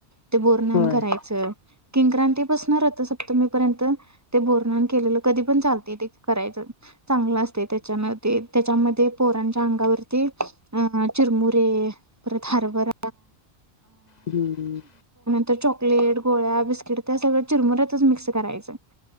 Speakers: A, on the right; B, on the left.
A: ते बोरनान
B: होय
A: करायचं.
B: हो
A: किंक्रांती बसणार रथसप्तमी पर्यंत ते बोरनान केलेलं कधी पण चालत करायचं. चांगलं असते. त्याच्यामध्ये त्याच्यामध्ये पोरांच्या अंगावरती अ चिरमुरे, परत हरभर,
B: हम्म.
A: तर चॉकलेट, गोळ्या, बिस्किट, त्या सगळं चिरमुऱ्यातच मिक्स करायचं.